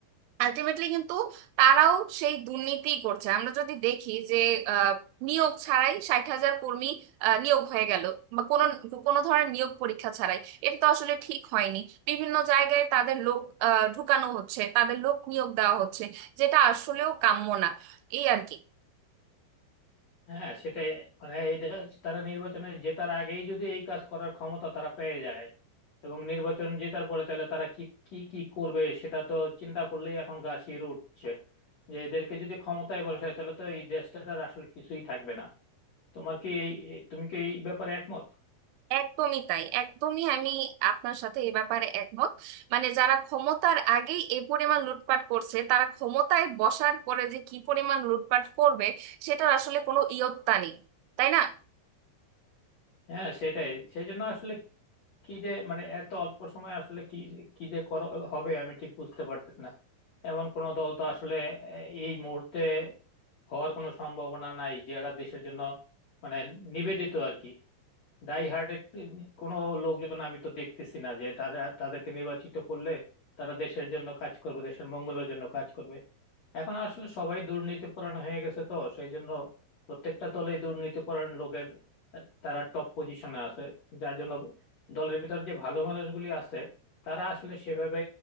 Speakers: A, on the right (about 85°); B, on the left (about 75°).
A: আলটিমেটলি কিন্তু তারাও সেই দুর্নীতি করছে আমরা যদি দেখি যে আহ, নিয়োগ ছাড়াই ষাট হাজার কর্মী আহ, নিয়োগ হয়ে গেল বা কোনো কোনো ধরনের নিয়োগ পরীক্ষা ছাড়াই এটা তো আসলে ঠিক হয়নি বিভিন্ন জায়গায় তাদের লোক আহ, ঢুকানো হচ্ছে তাদের লোক নিয়োগ দেওয়া হচ্ছে যেটা আসলেও কাম্য না এই আর কি
B: হ্যাঁ সেটাই মানে এইটা তারা নির্বাচনে জেতার আগেই যদি এই কাজ করার ক্ষমতা তারা পেয়ে যায় এবং নির্বাচন জেতার পরে তাহলে তারা কি কি কি করবে সেটা তো চিন্তা করলেই এখন গা শিউরে উঠছে যে এদেরকে যদি ক্ষমতায় বসায় তাহলে তো এই দেশটা আর আসলে কিছুই থাকবে না তোমার কি এই এই- তুমি কি এই ব্যাপারে একমত
A: একদমই তাই একদমই আমি আপনার সাথে এ ব্যাপারে একমত মানে যারা ক্ষমতার আগেই এ পরিমাণ লুটপাট করছে তারা ক্ষমতায় বসার পরে যে কি পরিমাণ লুটপাট করবে সেটার আসলে কোনো ইয়ত্তা নেই তাই না
B: হ্যাঁ সেটাই সেই জন্য আসলে কি যে মানে এত অল্প সময় আসলে কি যে- কি যে করা হবে আমি ঠিক বুঝতে পারতেছি না এমন কোন দল তো আসলে এই মুহূর্তে হওয়ার কোনো সম্ভাবনা নাই যারা দেশের জন্য মানে নিবেদিত আর কি ডাই হার্টেড কোনো লোকজন আমি তো দেখতেছি না যে তারা তাদেরকে নির্বাচিত করলে তারা দেশের জন্য কাজ করবে দেশের মঙ্গলের জন্য কাজ করবে এখন আসলে সবাই দুর্নীতি পরায়ণ হয়ে গেছে তো সেই জন্য প্রত্যেকটা দলে দুর্নীতি পরায়ণ লোকের আহ, তারা টপ পজিশনে আছে যার জন্য দলের ভিতর যে ভালো মানুষগুলি আছে তারা আসলে সেভাবে